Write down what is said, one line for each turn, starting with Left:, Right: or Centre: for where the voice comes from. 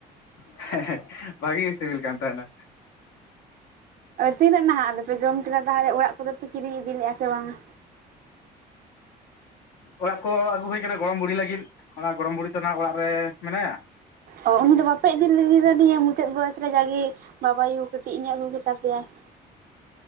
Left: ᱦᱮᱸ, ᱦᱮᱸ, ᱵᱷᱟᱜᱮ ᱜᱮ ᱥᱮᱵᱮᱞ ᱠᱟᱱ ᱛᱟᱸᱦᱮ-ᱱᱟ᱾
Right: ᱛᱤᱱᱟᱹᱜ ᱱᱟᱦᱟᱜ ᱟᱫᱚ ᱯᱮ ᱡᱚᱢ ᱠᱮᱫᱟ ᱛᱟᱦᱚᱞᱮ ᱚᱲᱟᱜ ᱠᱚᱫᱚ ᱯᱮ ᱠᱤᱨᱤᱧ ᱤᱫᱤ ᱞᱮᱫᱼᱟ, ᱥᱮ ᱵᱟᱝ-ᱟ?
Left: ᱚᱲᱟᱜ ᱠᱚ ᱟᱹᱜᱩ ᱦᱩᱭ ᱠᱟᱱᱟ ᱜᱚᱲᱚᱢ ᱵᱩᱲᱦᱤ ᱞᱟᱹᱜᱤᱫ ᱚᱱᱟ ᱜᱚᱲᱚᱢ ᱵᱩᱲᱦᱤᱚ ᱛᱚ ᱱᱟᱜ ᱚᱲᱟᱜ ᱨᱮ ᱢᱮᱱᱟᱭᱟ ᱾
Right: ᱚ ᱩᱱᱤ ᱫᱚ ᱵᱟᱯᱮ ᱤᱫᱤ ᱞᱮᱫᱮ ᱫᱚ ᱱᱤᱭᱟᱹ ᱢᱩᱪᱟᱹᱫ ᱵᱚᱭᱚᱥ ᱨᱮ ᱡᱟᱜᱮ ᱵᱟᱵᱟᱭᱩ ᱠᱟᱹᱴᱤᱡ <unintelligible> ᱟᱹᱜᱩ ᱠᱮᱛᱟ ᱯᱮᱭᱟ ᱾